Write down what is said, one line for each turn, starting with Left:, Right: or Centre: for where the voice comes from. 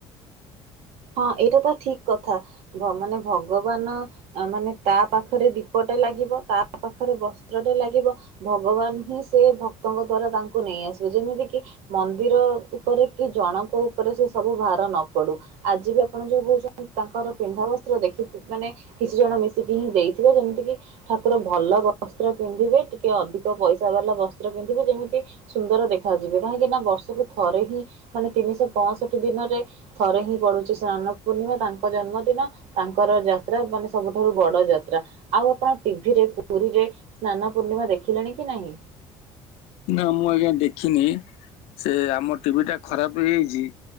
Right: ହଁ ଏଇଟା ତ ଠିକ କଥା ଭ ମାନେ ଭଗବାନ ଅ ମାନେ ତା ପାଖରେ ଦୀପଟା ଲାଗିବ ତା ପାଖରେ ବସ୍ତ୍ରଟା ଲାଗିବ ଭଗବାନ ହିଁ ସେ ଭକ୍ତଙ୍କ ଦ୍ଵାରା ତାଙ୍କୁ ନେଇ ଆସିବ ଯେମିତିକି ମନ୍ଦିର ଉପରେ କି ଜଣଙ୍କ ଉପରେ ସେ ସବୁ ଭାର ନ ପଡୁ। ଆଜି ବି ଆପଣ ଯେଉଁ କହୁଛନ୍ତି ତାଙ୍କର ପିନ୍ଧା ବସ୍ତ୍ର ଦେଖି ମାନେ କିଛି ଜଣ ମିଶିକି ହିଁ ଦେଇଥିବ ଯେମିତି କିି ଠାକୁର ଭଲ ବସ୍ତ୍ର ପିନ୍ଧିବେ ଟିକେ ଅଧିକ ପଇସା ବାଲା ବସ୍ତ୍ର ପିନ୍ଧିବେ ଯେମିତି ସୁନ୍ଦର ଦେଖାଯିବେ କାହିଁକିନା ବର୍ଷକୁ ଥରେ ହିଁ ମାନେ ତିନିଶହ ପଅଷଠି ଦିନରେ ଥରେ ହିଁ ପଡୁଛି ସ୍ନାନ ପୂର୍ଣ୍ଣିମା ତାଙ୍କ ଜନ୍ମଦିନ ତାଙ୍କର ଯାତ୍ରା ମାନେ ସବୁଠାରୁ ବଡ ଯାତ୍ରା। ଆଉ ଆପଣ ଟି ଭିରେ ପୁରୀରେ ସ୍ନାନ ପୂର୍ଣ୍ଣିମା ଦେଖିଲେଣି କି ନାହିଁ।
Left: ନା ମୁଁ ଆଜ୍ଞା ଦେଖିନି ସେ ଆମ ଟି ଭିଟା ଖରାପ ହେଇଯାଇଛି।